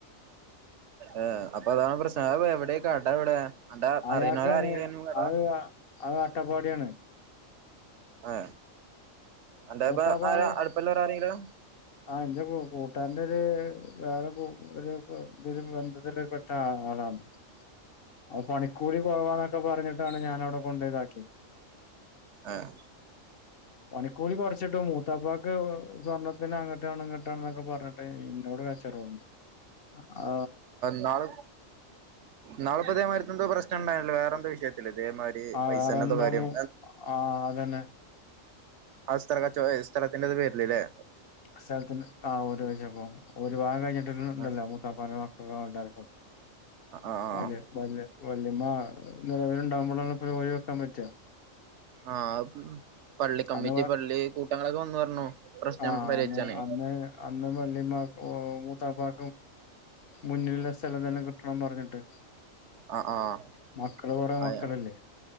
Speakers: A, on the right; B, on the left.
A: ആ അപ്പൊ അതാണ് പ്രശ്ന എവിടെക്കട എവിടെ അന്റെ
B: അയാൾക്കാണ്
A: അറിയുന്നോര് ആരെങ്കിലും കട
B: അത് അത് അട്ടപ്പാടിയാണ്
A: ആ എന്ത
B: മൂത്താപ്പാടെ
A: ഇപ്പ <unintelligible> ആ അടുപ്പല്ലരാ ആരെങ്കിലും
B: ആ എന്റെ കൂട്ടാന്റെ ഒരു വേറെ ഒരു ഒരു ബന്ധത്തി പെട്ട ആളാണ് അപ്പൊ പണിക്കൂടി കുറവാന്നൊക്കെ പറഞ്ഞിട്ടാണ് ഞാാന അവിടെ കൊണ്ട ഇതാക്കിയത്
A: ആഹ
B: പണിക്കൂലി കുറച്ചിട്ട് മൂത്താപ്പാക്ക് സ്വർണ്ണ ന്നെ അങ്ങട്ടാണ് ഇങ്ങട്ടാ എന്നൊക്കെ പറഞ്ഞിട്ട് ഇന്നോട് കച്ചറവുണ്ട് ആ
A: ന്നാൾ നാളപ്പ ഇ അതേമാതിത്തെ എന്തോ പ്രശ്നംണ്ടായില്ലോ വേറെന്തോ വിഷയത്തില് ഇതേമാതി
B: ആ
A: പൈസ
B: വേറെന്താ
A: ൻ്റെ ന്തോകാര്യം
B: മൂ ആ അതന്നെ
A: ആ സ്ഥലക്ക ച സ്ഥലത്തിൻ്റെ ഒക്കെ പേരില്ല്ലെ
B: സ്ഥലത്തി ആ ഒരുരാപ്പ ഒരു ഭാഗം കഴിഞ്ഞിട്ടി ഇണ്ടല്ലട്ട
A: ആഹ്
B: സക്ക ഓഡ
A: ആഹ്
B: <unintelligible> വല്യമ്മ നിലവില ഉണ്ടാവകുമ്പോ ളാണ്പോയ ക്കാൻ പറ്റാ
A: ആഹ പള്ളി കമ്മിറ്റി
B: അന്ന്
A: പള്ളി കൂട്ടങ്ങളൊക്കെ വന്ന്ു പറഞ്ഞു പ്രശ്നം
B: ആഹ
A: പരിഹരിച്ചാനേ
B: അ അന്ന് അന്ന് വല്ലിമാ മൂത്താപ്പ മുന്നിലുള്ള സ്ഥലം തന്നെ കിട്ടണം പറഞ്ഞ ട്ട്മക്കള്
A: ആഹ് ആഹ്
B: കൊറെ
A: അതെ
B: മക്കളല്ലേ